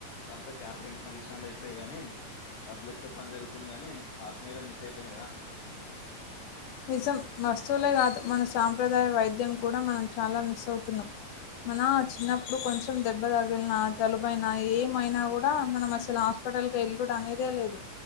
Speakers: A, on the left; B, on the left.
A: అంతా క్యాటరింగ్ ఫంక్షన్ హాళ్లు అయిపోయాయి గాని డబ్బులు ఇస్తే పని జరుగుతుంది కానీ ఆత్మీయత మిస్ అయిపోయింది కదా
B: నిజం వస్తువులే కాదు మన సాంప్రదాయ వైద్యం కూడా మనం చాలా మిస్ అవుతున్నాం మన చిన్నప్పుడు కొంచెం దెబ్బ తగిలిన జలుబయిైన ఏమైనా కూడా మనం అసలు హాస్పటల్కు ఎల్లుడు అనేదే లేదు